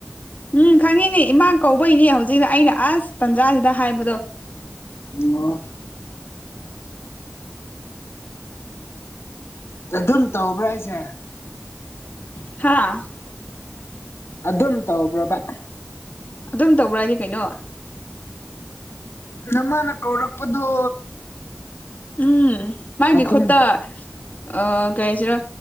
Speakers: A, on the left (about 35°); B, on the left (about 80°).
A: ꯎꯝ ꯈꯪꯉꯤꯅꯦ ꯏꯃꯥ ꯀꯧꯕꯩꯅꯦ ꯍꯧꯖꯤꯛ ꯑꯩꯅ ꯑꯁ ꯇꯥꯟꯖꯥꯁꯤꯗ ꯍꯥꯏꯕꯗꯣ
B: ꯑꯣ ꯑꯗꯨꯝ ꯇꯧꯕ꯭ꯔꯥ ꯍꯥꯢꯁꯦ
A: ꯍꯥꯥ
B: ꯑꯗꯨꯝ ꯇꯧꯕ꯭ꯔꯕꯥ
A: ꯑꯗꯨꯝ ꯇꯧꯕ꯭ꯔꯥ ꯍꯥꯏꯗꯤ ꯀꯩꯅꯣ
B: ꯅꯃꯥꯅ ꯀꯧꯔꯛꯄꯗꯣ
A: ꯎꯝ ꯃꯥꯒꯤ
B: ꯑꯗꯨꯝ
A: ꯈꯨꯠꯇ ꯑꯥ ꯀꯩ ꯍꯥꯏꯁꯤꯔꯥ